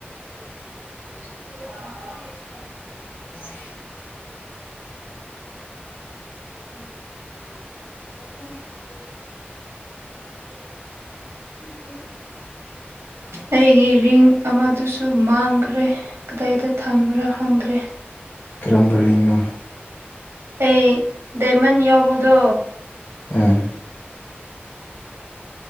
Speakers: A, on the right; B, on the left.
A: <inaudible>
B: <inaudible>
A: <inaudible> <inaudible> ꯑꯩꯒꯤ ꯔꯤꯡ ꯑꯃꯗꯨꯁꯨ ꯃꯥꯡꯈ꯭ꯔꯦ ꯀꯗꯥꯏꯗ ꯊꯝꯕ꯭ꯔꯥ ꯈꯪꯗ꯭ꯔꯦ?
B: ꯀꯔꯝꯕ ꯔꯤꯡꯅꯣ?
A: ꯑꯩ ꯗꯥꯏꯃꯟ ꯌꯥꯎꯕꯗꯣ꯫
B: ꯎꯝ꯫